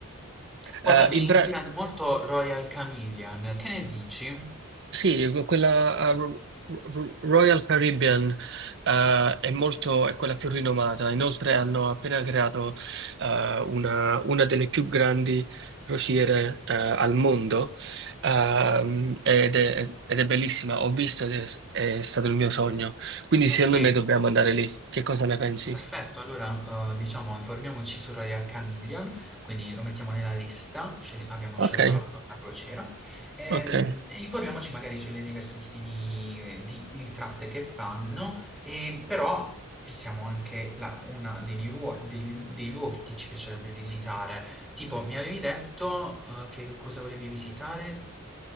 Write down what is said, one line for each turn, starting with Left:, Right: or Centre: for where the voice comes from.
Centre: Guarda,
Right: Eh,
Centre: mi
Right: in pra-
Centre: ispira di molto Royal Chameleon. Che ne dici?
Right: Sì, quella a Ro- Ro- Royal Caribbean, eh, è molto, è quella più rinomata. Inoltre hanno appena creato, eh, una, una delle più grandi crociere, eh, al mondo, ehm, ed è, ed è bellissima. Ho visto ed è, è stato il mio sogno. Quindi
Centre: Ok.
Right: secondo me dobbiamo andare lì. Che cosa ne pensi?
Centre: Perfetto, allora eh, diciamo informiamoci su Royal Chameleon, quindi lo mettiamo nella lista, scegli- abbiamo
Right: Ok,
Centre: scelto la, cro- la crociera, ehm,
Right: ok.
Centre: e informiamoci magari sulle diversi tipi di, eh, di- di tratte che fanno, e però fissiamo anche la- una degli luo- dei, dei luoghi che ci piacerebbe visitare, tipo mi avevi detto eh, che cosa volevi visitare?